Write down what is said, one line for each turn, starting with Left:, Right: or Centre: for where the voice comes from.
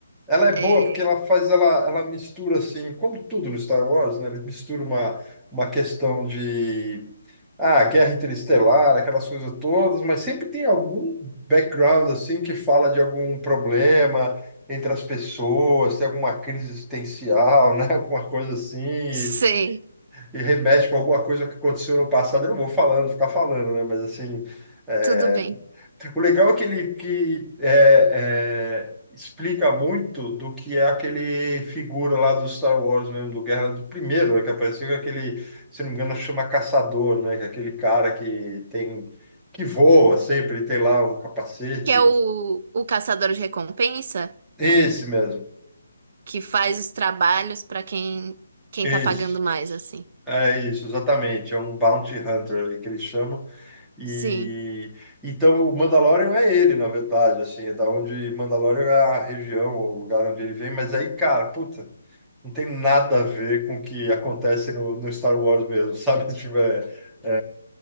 Centre: Ela é
Right: É...
Centre: boa porque ela faz, ela, ela mistura, assim, como tudo no Star Wars, né? Ele mistura uma, uma questão de Ah, Guerra Interestelar, aquelas coisas todas, mas sempre tem algum background assim que fala de algum problema entre as pessoas, tem alguma crise existencial, né? <laughs> Alguma coisa assim, e,
Right: Sei,
Centre: e remete com alguma coisa que aconteceu no passado. Eu não vou falando, ficar falando, né? Mas assim, é,
Right: tudo bem.
Centre: o legal é que ele que, é, é, explica muito do que é aquele figura lá do Star Wars mesmo, do Guerra do Primeiro, né, que apareceu com aquele, se não me engano, chama Caçador, né? Que é aquele cara que tem que voa sempre, ele tem lá um capacete.
Right: Que é o, o Caçador de Recompensa,
Centre: Esse mesmo,
Right: que faz os trabalhos pra quem, quem
Centre: esse.
Right: tá pagando mais, assim.
Centre: É isso, exatamente. É um Bounty Hunter ali que eles chamam. E
Right: Sim.
Centre: então o Mandalorian é ele, na verdade, assim, é da onde Mandalorian é a região, o lugar onde ele vem, mas aí, cara, puta, não tem nada a ver com o que acontece no, no Star Wars mesmo, sabe? <laughs> Tipo, é, é,